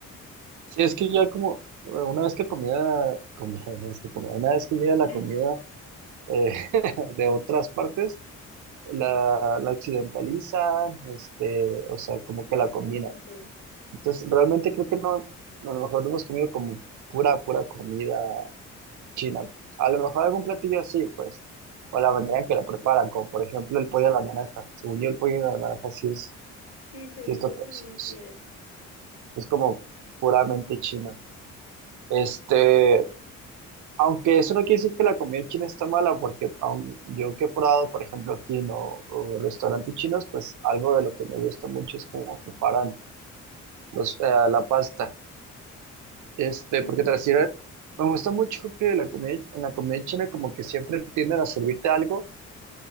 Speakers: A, on the right; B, on the left.
A: Sí, es que ya como bueno, una vez que comida, comida, una vez que comida, una vez que llega la
B: <laughs>
A: comida eh, <laughs> de otras partes la, la occidentaliza, este, o sea, como
B: Exactamente.
A: que la combina. Entonces, realmente creo que no, no, a lo mejor no hemos comido como pura, pura comida china. A lo mejor algún platillo así, pues, o la manera en que lo preparan, como por ejemplo el pollo a la naranja. Según yo, el pollo a la naranja sí es,
B: Sí, según
A: sí es, to-
B: yo también
A: sí es-
B: sí es.
A: es como puramente chino. Este, Aunque eso no quiere decir que la comida china está mala, porque aun yo que he probado, por ejemplo, aquí no, o restaurantes chinos, pues algo de lo que me gusta mucho es cómo preparan los, eh, la pasta. Este,
B: Y
A: porque tras ir a- me gusta mucho que la comida, en la comida china como que siempre tienden a servirte algo,